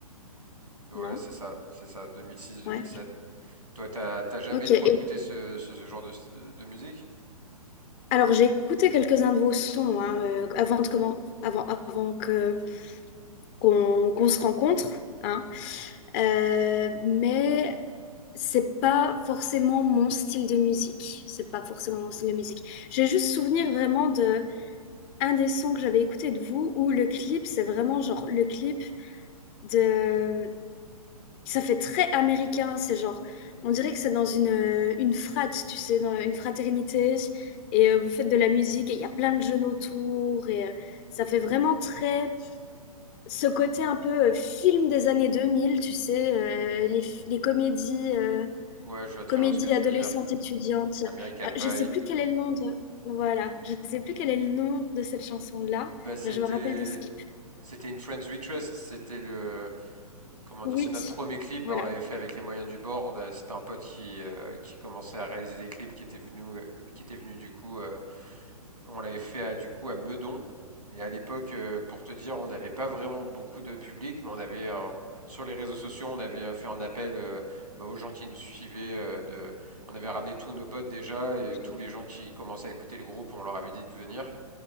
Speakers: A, on the right; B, on the left.
A: ouais
B: non?
A: c'est ça, c'est ça, 2006-2007.
B: Ouais,
A: Toi, t'as t'as jamais
B: ok.
A: trop
B: Et,
A: écouté ce, ce, ce genre de, de musique?
B: alors j'ai écouté quelques-uns de vos sons hein, euh, avant de comment, avant, avant que qu'on qu'on se rencontre, hein. Euh, mais c'est pas forcément mon style de musique. C'est pas forcément mon style de musique. J'ai juste souvenir vraiment de un des sons que j'avais écouté de vous où le clip, c'est vraiment genre le clip de Ça fait très américain, c'est genre, on dirait que c'est dans une, euh, une frat, tu sais, dans une fraternité, et euh, vous faites de la musique, et il y a plein de jeunes autour, et euh, ça fait vraiment très, ce côté un peu euh, film des années 2000, tu sais, euh, les, f- les comédies, euh,
A: Ouais, je vois très
B: comédies
A: bien ce que tu
B: adolescentes
A: veux dire.
B: étudiantes.
A: American
B: Euh,
A: Pie.
B: je sais plus quel est le nom de, voilà, je sais plus quel est le nom de cette chanson-là,
A: Bah, c'était
B: mais je me rappelle de ce clip.
A: c'était une Friends We Trust. C'était le comment
B: Oui,
A: dire, c'est notre premier clip.
B: voilà,
A: Bah, on l'avait fait avec les moyens du bord. On a- C'était un pote qui euh, qui commençait à réaliser des clips qui était venu euh, qui était venu du coup. euh, On l'avait fait à- du coup à Meudon. Et à l'époque, euh, pour te dire, on n'avait pas vraiment beaucoup de public, mais on avait euh, sur les réseaux sociaux, on avait euh, fait un appel euh, bah, aux gens qui nous suivaient. euh, de... On avait ramené tous nos potes déjà et
B: génial,
A: tous les gens qui commençaient à écouter le groupe, on leur avait dit de venir.